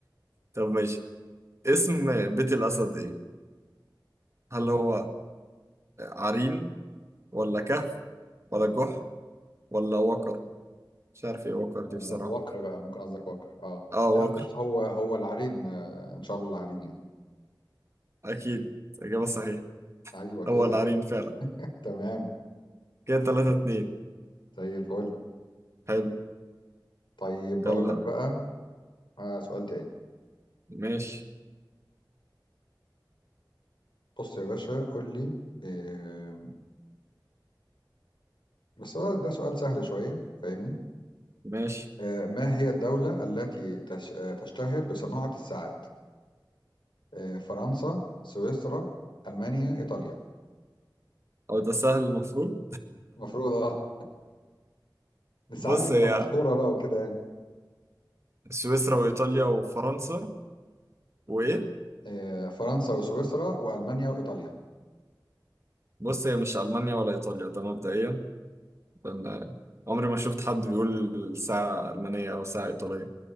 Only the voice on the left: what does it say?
آه،
وكر بقى ممكن قصدك وكر اه
لا
بص هو هو العرين آه، ان شاء الله العرين يعني
ايوه كده
تمام
زي الفل
طيب
اقول لك بقى آه، سؤال تاني
بص يا باشا قول لي آم، بس هو ده سؤال سهل شويه فاهمني
آه، ما هي الدولة التي تش- آه، تشتهر بصناعة الساعات؟ آه، فرنسا، سويسرا، ألمانيا، إيطاليا.
المفروض اه الساعات
دي تبقى
مشهورة بقى وكده يعني.
آه، فرنسا وسويسرا وألمانيا وإيطاليا.